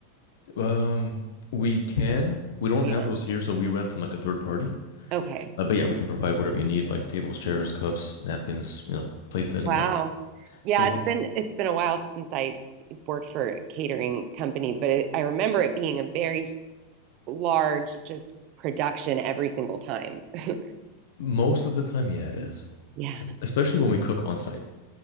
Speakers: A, on the left; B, on the right.
A: Um, we can. We don't
B: Yeah.
A: have those here, so we rent from like a third party.
B: Okay.
A: Uh, but yeah, we can provide whatever you need, like tables, chairs, cups, napkins, you know, place settings,
B: Wow.
A: all.
B: Yeah,
A: So
B: it's been it's been a while since I worked for a catering company, but it, I remember it being a very large just production every single time. <laughs>
A: most of the time, yeah, it is.
B: Yeah.
A: Es- Especially when we cook on site.